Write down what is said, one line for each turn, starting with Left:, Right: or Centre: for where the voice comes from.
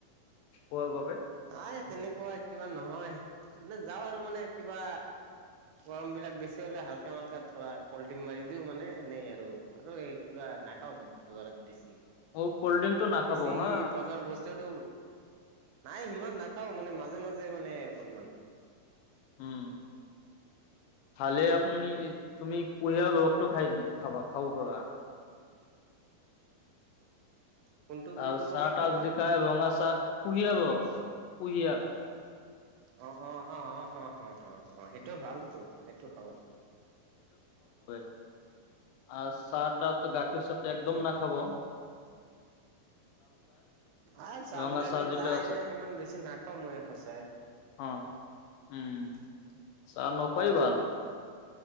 Left: প
Right: নাই তেনেকুৱা কিবা নহয় মানে যাওঁ আৰু মানে কিবা গৰম বিলাক বেছি হলে হালকা মালকা ধৰা কল্ড ড্ৰিংক মাৰি দিও মানে এনেই আৰু এই কিবা। নাখাওঁ বজাৰত বেছি, কিব
Left: অ', কল্ড ড্ৰিংকটো নাখাব
Right: বেছি
Left: হা,
Right: বজাৰৰ বস্তুটো নাই সিমান নাখাওঁ মানে মাজে মাজে মানে অকনমান।
Left: উম খালে আপুনি তুমি কুহিয়াঁৰ ৰসটো খাই দি খাবা খাব প
Right: কোনটো কোনটো
Left: আৰু চাৰটা
Right: ক'লে আপুনি?
Left: যদি খায় ৰঙা চাৰ পুহ আব পুহ আ
Right: অ', অ', অ', অ', অ'। অ', অ', অ', সেইটো ভালটো সেইটো খাব।
Left: আৰু চাহ-তাটো গাখীৰ চ একদম
Right: অ
Left: নাখাব।
Right: আ চাহ
Left: ৰঙা
Right: বিলাকে
Left: যিটো
Right: তাই
Left: আছে
Right: এনে ইমান বেছি নাখাওঁ মই খচ
Left: অ, উম চাহ নখাই ভাল।